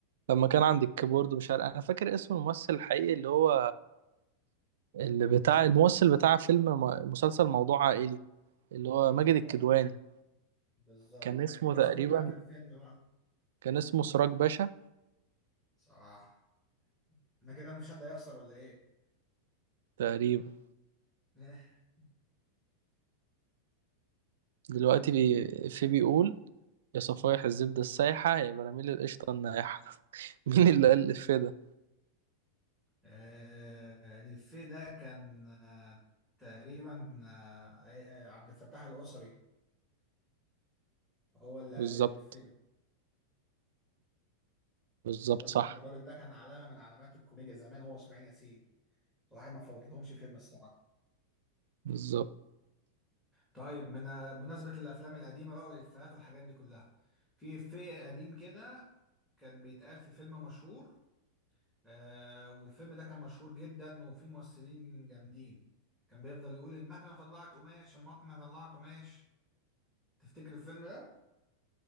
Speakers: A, on the right; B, in the centre.
A: لما كان عند الكيبورد مش عارف انا فاكر اسم الممثل الحقيقي اللي هو اللي بتاع الممثل بتاع فيلم م- مسلسل موضوع عائلي اللي هو
B: بالظبط
A: ماجد الكدواني
B: بالظبط
A: كان اسمه
B: مين- كان
A: تقريبا
B: اسمه إيه بقى في الفيلم بقى؟
A: كان اسمه سراج باشا
B: صح أنا كده مفيش حد هيخسر ولا إيه؟
A: تقريبا
B: <laughs>
A: دلوقتي بي... في بيقول يا صفايح الزبدة السايحة يا براميل القشطة النايحة <laughs> مين اللي قال الإفيه ده
B: آه الإفيه ده كان آه تقريبا آه آه، عبد الفتاح القصري هو اللي
A: بالظبط
B: قال الإفيه ده
A: بالظبط
B: الراجل
A: صح
B: الراجل ده كان علامه من علامات الكوميديا زمان هو واسماعيل ياسين الواحد ما فوتلهمش فيلم الصراحه
A: بالظبط
B: طيب من مناسبة الأفلام القديمة بقى والإفيهات والحاجات دي كلها في إفيه قديم كده كان بيتقال في فيلم مشهور آه والفيلم ده كان مشهور جدا وفيه ممثلين جامدين كان بيفضل يقول المكنة طلعت قماش المكنة طلعت قماش تفتكر الفيلم ده؟